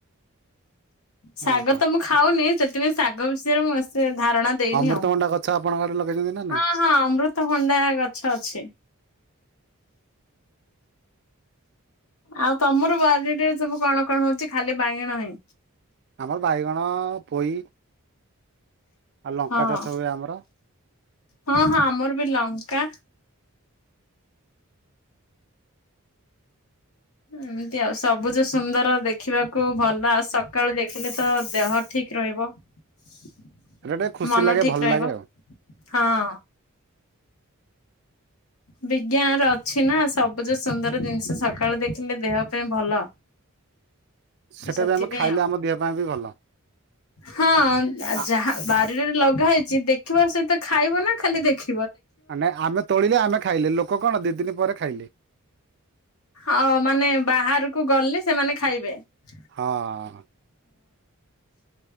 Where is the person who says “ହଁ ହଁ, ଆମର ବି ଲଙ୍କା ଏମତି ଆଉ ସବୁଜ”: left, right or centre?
Left